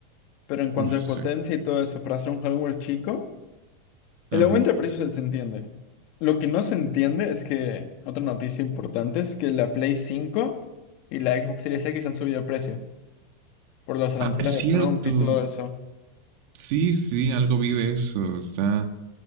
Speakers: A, on the left; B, on the right.
A: pero en cuanto
B: Oh,
A: a
B: sí.
A: potencia y todo eso, para hacer un hardware chico, el
B: Ajá.
A: aumento de precios se se entiende. Lo que no se entiende es que, otra noticia importante es que la Play cinco y la Xbox Series X han subido de precio por los aranceles
B: Ah, es
A: de
B: cierto.
A: Trump y todo eso.
B: Sí, sí, algo vi de eso. Está,